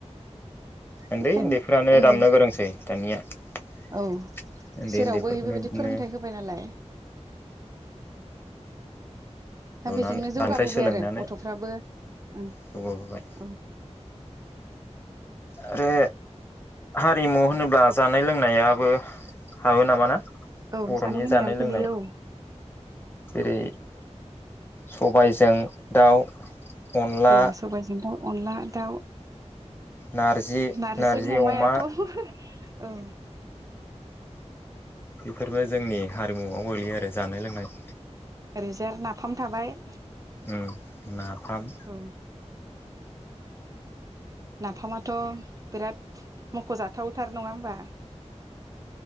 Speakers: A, on the left; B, on the right.
A: ओनदै
B: बेखायनो
A: ओनदैफ्रानो
B: ओं
A: दामनो गोरोंसै दानिया ओनदै
B: औ जेरावबो
A: ओनदैफोरखौनो
B: बेबायदि
A: बिदिनो
B: फोरोंथाइ होबाय नालाय दा
A: लुनानै
B: बेजोंनो जौगाबोबाय
A: बांफ्राय सोलोंनानै
B: आरो गथ'फ्राबो उम
A: जौगाबोबाय
B: औ।
A: आरे, हारिमु होनोब्ला जानाय लोंनायाबो हाबो नामा ना?
B: औ
A: बर'नि
B: जानाय लोंनायाबो
A: लोंनाय
B: गोलैयो औ।
A: जेरै सबायजों दाउ अनला
B: ओ सबायजों दाउ अनला दाउ
A: नारजि
B: नारजिजों
A: नारजि
B: अमायाथ'
A: अमा
B: औ।
A: बेफोरबो जोंनि हारिमुवाव गोलैयो आरो। जानाय लोंनाय
B: ओरैजाय आरो नाफाम थाबाय।
A: उम ना फाम
B: औ नाफामाथ' बिराद मख' जाथावथार नङा होमबा?